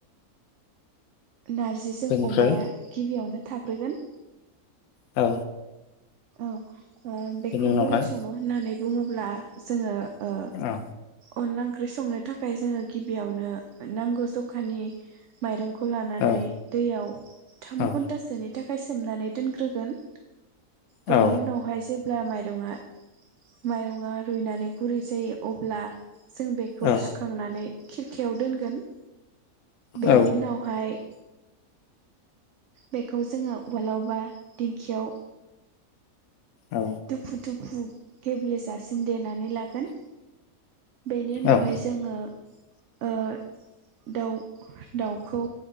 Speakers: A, on the right; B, on the left.
A: नारजिजों
B: बेनिफ्राय
A: अमाया गिबियावनो थाग्रोगोन।
B: औ।
A: औ। ओ बेखौ
B: बेनि उनावहाय
A: बोरै सङो होननानै बुङोब्ला जोङो ओ।
B: औ
A: अनला ओंख्रि संनो थाखाय जोङो गिबियावनो नांगौ जखानि माइरं खौ लानानै
B: औ
A: दैयाव थाम
B: औ
A: घन्टासोनि थाखाय सोमनानै दोनग्रोगोन। बेनि
B: औ
A: उनावहाय जे ब्ला माइरङा रुइनानै गुरै जायो अब्ला जों बेखौ
B: औ
A: सुखांनानै खिरखायाव दोनगोन। बेनि
B: औ
A: उनावहाय बेखौ जोङो उवालाव बा दिंखियाव
B: औ
A: दुफुु दु फु गेब्लेेजासिम देना नै लागोन बेनि उनावहाय
B: औ औ
A: जोङो ओ दाउ दाउखौ